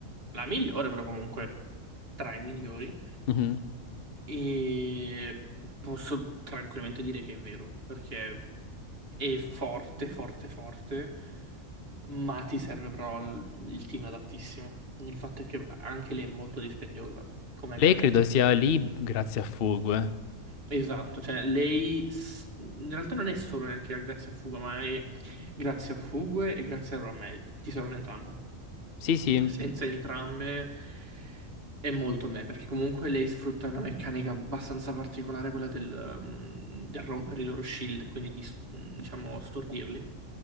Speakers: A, on the right; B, on the left.
A: la migliore, però comunque tra i migliori.
B: Mm.
A: E posso tranquillamente dire che è vero, perché è forte, forte, forte. Ma ti serve però il il team adattissimo. Il fatto è che anche lei è molto dispendiosa, come
B: Lei
A: Galea.
B: credo sia lì grazie a Fugue.
A: Esatto, cioè lei s- in realtà non è solo neanche grazie a Fugue, ma è grazie a Fugue e grazie a Ramei. Ti servono entrambe.
B: Sì, sì.
A: Senza entrambe è molto me, perché comunque lei sfrutta una meccanica abbastanza particolare, quella del, um, del rompere i loro shield, quindi di, s- diciamo, stordirli.